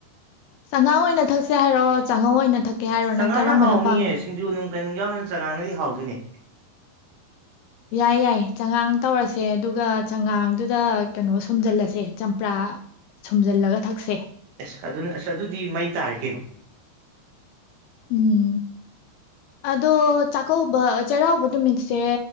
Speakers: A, on the left; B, on the right.
A: ꯆꯥꯉꯥꯡ ꯑꯣꯏꯅ ꯊꯛꯁꯦ ꯍꯥꯏꯔꯣ ꯆꯥꯉꯧ ꯑꯣꯏꯅ ꯊꯛꯀꯦ ꯍꯥꯏꯔꯣ
B: ꯑꯁ ꯆꯉꯥꯡꯅ
A: ꯅꯪ ꯀꯔꯝꯕꯅ
B: ꯍꯥꯎꯅꯤꯌꯦ
A: ꯄꯥꯝ
B: ꯁꯤꯡꯖꯨ ꯅꯨꯡ ꯀꯩꯅꯨꯡ ꯌꯥꯎꯅ ꯆꯉꯥꯡꯅꯗꯤ ꯍꯥꯎꯗꯣꯏꯅꯦ꯫
A: ꯌꯥꯏ-ꯌꯥꯏ ꯆꯉꯥꯡ ꯇꯧꯔꯁꯦ ꯑꯗꯨꯒ ꯆꯉꯥꯡꯗꯨꯗ ꯀꯩꯅꯣ ꯁꯨꯝꯖꯤꯜꯂꯁꯦ ꯆꯝꯄ꯭ꯔꯥ ꯁꯨꯝꯖꯤꯜꯂꯒ ꯊꯛꯁꯦ꯫
B: ꯑꯁ ꯑꯗꯨꯅ ꯑꯁ ꯑꯗꯨꯗꯤ ꯃꯩ ꯇꯥꯔꯦ ꯀꯩꯅꯣ꯫
A: ꯎꯝ ꯑꯗꯣ ꯆꯥꯛꯀꯧꯕ ꯆꯩꯔꯥꯎꯕ ꯅꯨꯃꯤꯠꯁꯦ,